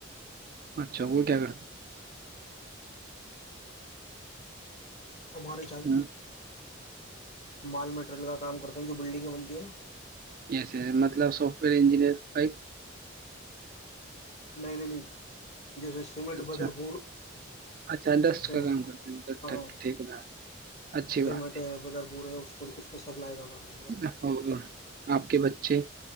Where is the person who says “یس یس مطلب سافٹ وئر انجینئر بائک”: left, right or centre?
Right